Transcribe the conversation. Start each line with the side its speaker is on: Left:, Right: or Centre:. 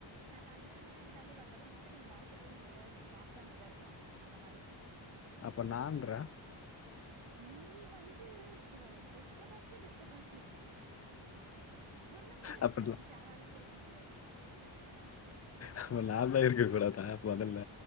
Right: நான் தனியாருந்தேனா எல்லா வேளையும் கட கடன்னு முடிச்சுட்டு நீங்க வரத்துக்குள்ள நிம்மதியா நீங்க சாப்பிட்டு அமைதியா இருக்கலாம் அந்த மாதிரி
Left: அப்ப நான்ற
Right: நீ வந்து டிஸ்ட்பன்ஸ்ஸு டிஸ்டர்பன்ஸ்ஸு ஒன்ன மாதிரி
Left: அப்ப
Right: டிஸ்டர்பன்ஸ்
Left: நா-
Right: யாராலயும் கொடுக்க முடியாது
Left: அப்ப நா தான் இருக்க கூடாதா முதல்ல